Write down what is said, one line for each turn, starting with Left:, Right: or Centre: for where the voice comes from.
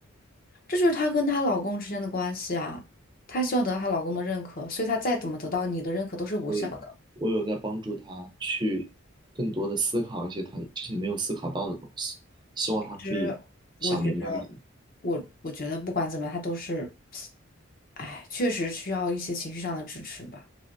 Left: 这就是她跟她老公之间的关系啊。她希望得到她老公的认可，所以她再怎么得到你的认可都是无效的。
Right: 所以，我有在帮助他去更多的思考一些他之前没有思考到的东西，希望他可以想明白一点。
Left: 其实我觉得，我我觉得不管怎么样，他都是，哎，确实需要一些情绪上的支持吧。